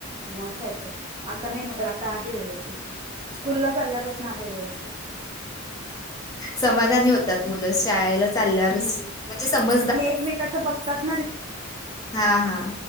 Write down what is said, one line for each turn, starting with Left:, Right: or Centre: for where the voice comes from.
Right: मग काय तर आता नाही मग तर आता आहे व्यवस्थित स्कूलला चालल्यापासून आहे व्यवस्थित
Left: समाधान शा चाल्या
Right: हम्म.
Left: म्हणजे सम <inaudible>
Right: आणि एकमेकाचं बघतात
Left: हा हा